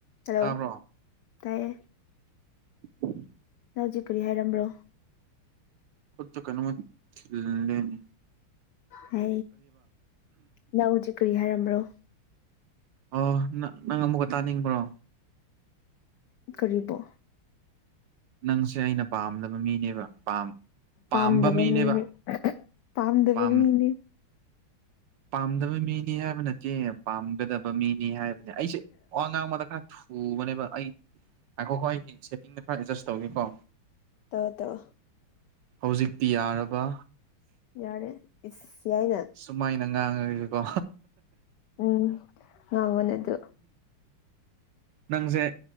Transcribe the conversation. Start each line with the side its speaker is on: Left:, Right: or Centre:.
Left: hello
Right: ꯇꯥꯕ꯭ꯔꯣ
Left: ꯇꯥꯏꯌꯦꯦ
Right: ꯎꯝ
Left: ꯅ ꯍꯧꯖꯤꯛ ꯀꯔꯤ ꯍꯥꯏꯔꯝꯕ꯭ꯔꯣ
Right: ꯈꯨꯠꯇ ꯀꯩꯅꯃ ꯂꯩꯅꯤ
Left: ꯍ ꯂꯅꯥꯎ ꯆ ꯀꯔꯤꯌꯥꯔꯝꯔꯣ
Right: ꯑꯣ ꯅ ꯅꯪ ꯑꯃꯨꯛꯀ ꯇꯥꯅꯤꯡꯕ꯭ꯔꯣ
Left: ꯀꯔꯤꯕꫭ
Right: ꯅꯪꯁꯦ ꯑꯩꯅ ꯄꯥꯝꯗꯕ ꯃꯤꯅꯦꯕ ꯄꯥꯝ
Left: ꯄꯥꯝꯗꯕ
Right: ꯄꯥꯝꯕ ꯃꯤꯅꯦꯕ
Left: ꯃꯤꯅꯦ ꯄꯥꯝꯗꯕ
Right: ꯄꯥꯝ
Left: ꯃꯤꯅꯦ
Right: ꯄꯥꯝꯗꯕ ꯃꯤꯅꯤ ꯍꯥꯏꯕ ꯅꯠꯇꯦ ꯄꯥꯝꯒꯗꯕ ꯃꯤꯅꯤ ꯍꯥꯏꯕ ꯑꯗꯨ ꯑꯩꯁꯦ ꯋꯥ ꯉꯥꯡꯕꯗ ꯈꯔ ꯊꯨꯕꯅꯦꯕ ꯑꯩ ꯉꯥꯏꯈꯣꯀꫭ ꯑꯩ ꯑꯩꯒꯤ ꯁꯦꯠꯇꯤꯡꯗ ꯈꯔ ꯑꯦꯗꯖꯁ ꯇꯧꯒꯀꯣ
Left: ꯇꯧ ꯇꯧ
Right: ꯍꯧꯖꯤꯛꯇꯤ ꯌꯥꯔꯕ
Left: ꯌꯥꯔꯦ ꯏꯁ ꯌꯥꯏꯅ
Right: ꯁꯨꯃꯥꯏꯅ ꯉꯥꯡꯉꯒꯦꯀꯣ
Left: ꯎꯝ ꯉꯥꯡꯉꫭꯅꯦ ꯑꯗꯨ
Right: ꯅꯪꯁꯦ